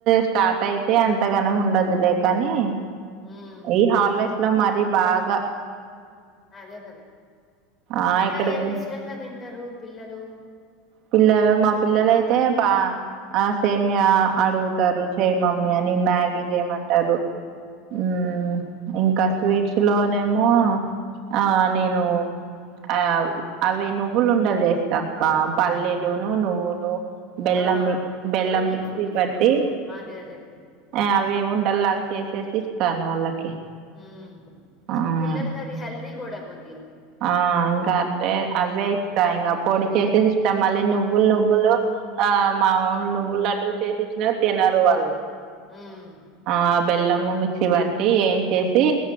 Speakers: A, on the right; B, on the left.
A: స్టార్ట్ అయితే అంత గనం ఉండదులేకని
B: హ్మ్.
A: ఈ హాలిడేస్ మరీ బాగా
B: అదే కదా
A: ఆ
B: ఇంకా
A: ఎక్కడికో
B: ఏమి ఇష్టంగా తింటారు పిల్లలు
A: పిల్లలు మా పిల్లలు అయితే పా ఆ సేమ్య అడుగుతారు చేయి మమ్మీ అని మ్యాగీ చేయమంటారు ఉమ్ ఇంకా స్వీట్లో ఏమో ఆ నేను ఆ అవి నువ్వులుండలు చేస్తా అక్క పల్లిలును నువ్వులు బెల్లం
B: ఆ!
A: మిక్ బెల్లం
B: ప్రోటీన్
A: మిక్సీ
B: ఫుడ్
A: పట్టి
B: ఫ్రో ప్ర అదే. అదే.
A: ఆ అవి ఉండల్లాగా చేసేసి ఇస్తాను వాళ్ళకి
B: ఉమ్
A: ఆ
B: పిల్లలకి అది హెల్దీ కూడా కొద్దిగా
A: ఆ ఇంకా అదే అవే ఇస్తా ఇంకా పొడి చేసేసి ఇస్తా మళ్ళీ నువ్వులు నువ్వులు ఆ మా వాళ్ళు నువ్వులు లడ్డులు చేసి ఇచ్చిన తినరు వాళ్ళు
B: హ్మ్.
A: ఆ బెల్లము మిక్సీ బట్టి ఏం చేస్ సి